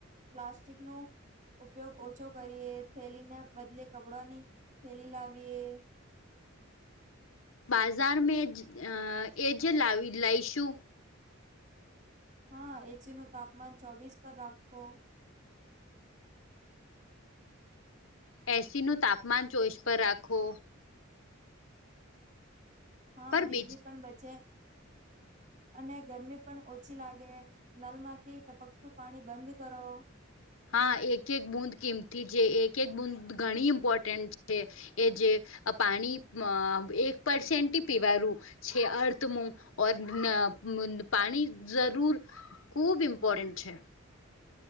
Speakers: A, on the right (about 40°); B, on the left (about 80°).
A: પ્લાસ્ટિક નું ઉપયોગ ઓછો કરીએ થેલીને બદલે કપડાની થેલી લાવીએ
B: બાજાર જ મે અ એ જે લાવી લઈશું
A: હા એચયુ નું તાપમાન ચોવીસ પર રાખો
B: એસીનું તાપમાન ચોઈસ પર રાખો
A: હા
B: પર
A: બીજલી
B: બીજ
A: પણ બચે અને ગરમી પણ ઓછી લાગે નલમાંથી ટપકતું પાણી બંધ કરો.
B: હા એક એક બૂદ કિમતી છે એક એક બૂદ ઘણી ઇમ્પોર્ટન્ટ છે. એ જે પાણી મ એક પરસેન્ટથી પીવારુ છે અર્થ મુ <unintelligible> પાણી જરૂર ખુબ ઇમ્પોર્ટન્ટ છે.